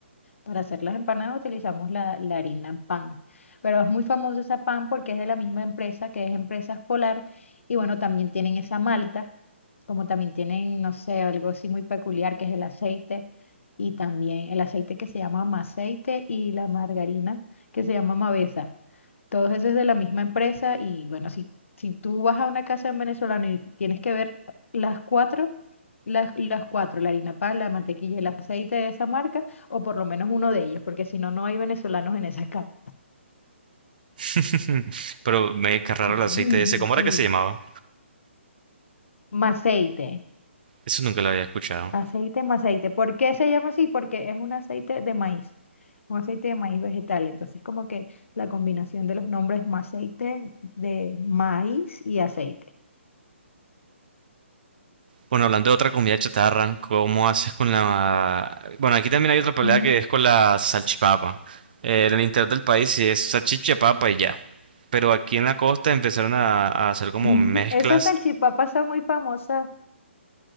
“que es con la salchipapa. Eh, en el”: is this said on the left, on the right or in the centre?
Right